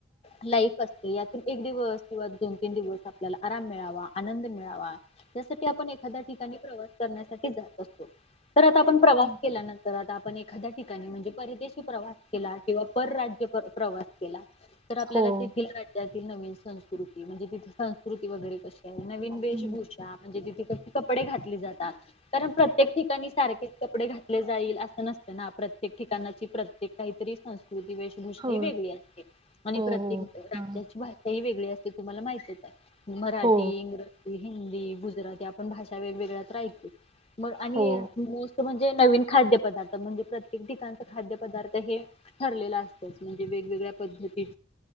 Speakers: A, on the left; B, on the right.
A: लाईफ असते यातून एक दिवस किंवा दोन -तीन दिवस आपल्याला आराम मिळावा आनंद मिळावा. त्यासाठी आपण एखाद्या ठिकाणी प्रवास करण्यासाठी जात असतो. तर आता आपण प्रवास
B: हो
A: केल्यानंतर आता आपण एखाद्या ठिकाणी म्हणजे परदेशी प्रवास केला किंवा परराज्य प्रवास केला तर आपल्याला
B: हो
A: तेथील राज्यातील नवीन संस्थ संस्कृ म्हणजे तिथे संस्कृती वगैरे कशी आहे नवीन वेशभूषा
B: हो
A: म्हणजे तिथे कशी कपडे घातले जातात कारण प्रत्येक ठिकाणी सारखे कपडे घातले जाईल अ नस ना प्रत्येक ठिकाणाची प्रत्येक काहीतरी संस्कृती वेशभूषा
B: हो
A: ही वेगळी असते. आणि
B: हो
A: प्रत्येक
B: हो
A: राज्याची
B: हा
A: भाषा ही वेगळी असते तुम्हाला माहतीच आहे मराठी,
B: हो
A: इंग्रजी हिंदी, गुजराती आपण भाषा वेगवेगळ्यात ऐकतो. मग आणि
B: हो
A: मुस म्हणजे नवीन खाद्य पदार्थ म्हणजे प्र ्य ठिकाण खाद्य पदार्थ हे ठरलेला असतच म्हणजे वेगवेगळ्या पद्धती